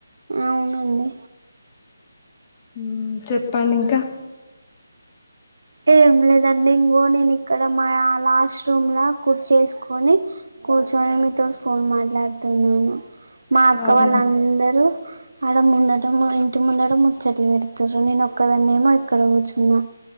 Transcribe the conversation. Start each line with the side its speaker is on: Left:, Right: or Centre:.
Right: అవునండి
Left: మ్ చెప్పండి ఇంకా
Right: చేయాలి ఏం లేదండి ఇంగో నేను ఇక్కడ మా లాస్ట్ రూమ్ లా కుర్ చేసుకొని కూర్చొని మీతో ఫోన్ మాట్లాడుతున్నాను. మా అక్క
Left: అవును
Right: వాళ్ళ అందరూ ఆడ ముందట ముయ్ ఇంటి ముందడ ముచ్చట్లు పెడుతారు నేను ఒక్కదాన్నే మొయ్ ఇక్కడ కూర్చున్నా